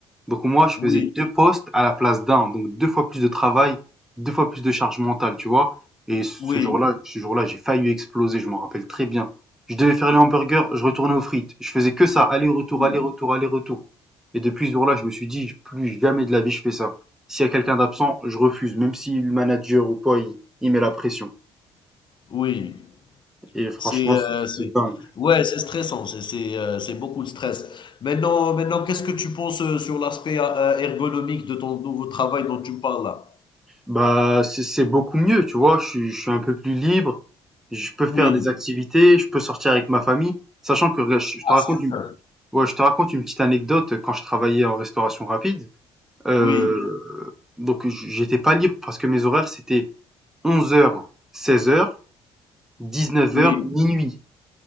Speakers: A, in the centre; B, on the left (about 35°).
A: Donc moi, je
B: oui,
A: faisais deux postes à la place d'un, donc deux fois plus de travail, deux fois plus de charge mentale, tu vois. Et ce
B: oui,
A: ce jour-là, ce jour-là, j'ai failli exploser, je m'en rappelle très bien. Je devais faire les hamburgers, je retournais aux frites. Je faisais que ça, aller-retour,
B: oui,
A: aller-retour, aller-retour. Et depuis ce jour-là, je me suis dit, plus jamais de la vie, je fais ça. S'il y a quelqu'un d'absent, je refuse, même si le manager ou quoi, il, il met la pression.
B: oui.
A: Et franchement,
B: C'est, heu,
A: c'est
B: c'est
A: c'est dingue.
B: ouais, c'est stressant, c'est c'est, heu, c'est beaucoup de stress. Maintenant maintenant, qu'est-ce que tu penses, heu, sur l'aspect a ergonomique de ton nouveau travail dont tu me parles là?
A: Bah, c'est c'est beaucoup mieux, tu vois. Je suis, je suis un peu plus libre. Je peux faire
B: Oui,
A: des activités. Je peux sortir avec ma famille. Sachant que regarde, je, je te
B: ah,
A: raconte
B: c'est
A: une,
B: bien.
A: ouais, je te raconte une petite anecdote. Quand je travaillais en restauration rapide, euh,
B: Oui,
A: donc j- j'étais pas libre parce que mes horaires c'était 11h, 16h, 19
B: oui,
A: heures dix-neuf heures, minuit.